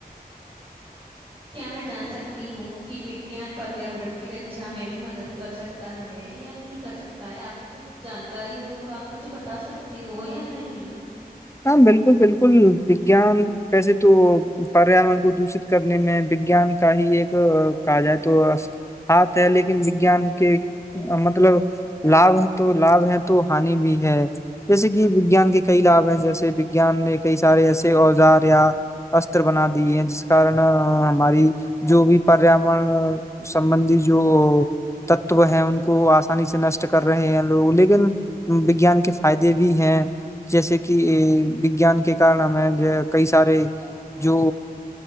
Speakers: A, on the right; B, on the left.
A: کیا میں جان سکتی ہوں کی وگان پریان کی رکشا میں بھی مدد کر سکتا ہے یا نہیں کر سکتا ہے آپ کو کچھ جانکاری ہو تو آپ مجھے بتا سکتی ہو یا نہیں
B: ہاں بالکل بالکل وجان ویسے تو پریاورن کو دوشت کرنے میں وگیان کا ہی ایک کہا جائے تو ہاتھ ہے لیکن وگان کے مطلب لابھ ہے تو لابھ ہے تو ہانی بھی ہے جیسے کہ وجان کے کئی لابھ ہیں ج وان نے کئی سارے ایسے اوزار یا اسر بنا دیے ہیں جس کارن ہماری جو بھی پریاورن سمبندی جو تتو ہیں ان کو آسانی سے نشٹ کر رہے ہیں لوگ لیکن وگیان کے فائدے بھی ہیں جیسے کہ وجان کے کارن ہمیں کئی سارے جو